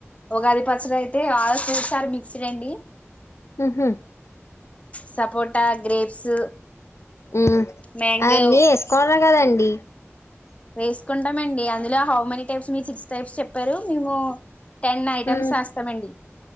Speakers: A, on the left; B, on the left.
A: ఉగాది పచ్చడి అయితే ఆల్ ఫ్రూట్స్ ఆర్ మిక్స్డ్ అండి
B: ఊహూ
A: సపోట గ్రేప్స్
B: ఉమ్
A: మాంగో
B: అవన్నీ వేసుకోవడమే కదండి
A: వేసుకుంటామండి అందులో హౌ మెనీ టైప్స్ మీరు సిక్స్ టైప్స్ చెప్పారు మేము టెన్ ఐటమ్స్
B: ఉమ్
A: వేస్తామండి